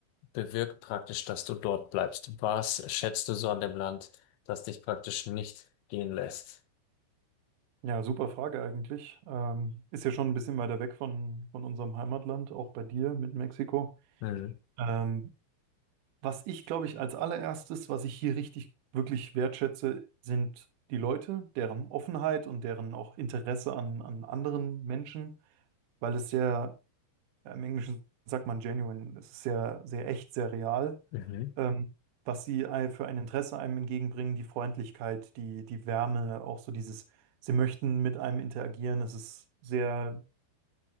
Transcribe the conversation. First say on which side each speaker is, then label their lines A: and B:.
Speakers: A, on the left (about 80°); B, on the right (about 85°).
A: bewirkt praktisch, dass du dort bleibst? Was schätzt du so an dem Land, das dich praktisch nicht gehen lässt?
B: Ja, super Frage eigentlich. Ähm, ist ja schon ein bisschen weiter weg von, von unserem Heimatland, auch bei dir mit Mexiko.
A: Mhm.
B: Ähm, was ich, glaube ich, als allererstes, was ich hier richtig wirklich wertschätze, sind die Leute, deren Offenheit und deren auch Interesse an, an anderen Menschen, weil es sehr, ja, im Englischen sagt man genuine, es ist sehr, sehr echt, sehr real
A: Mhm.
B: ähm, was sie ein- für ein Interesse einem entgegenbringen, die Freundlichkeit, die, die Wärme, auch so dieses, sie möchten mit einem interagieren. Es ist sehr,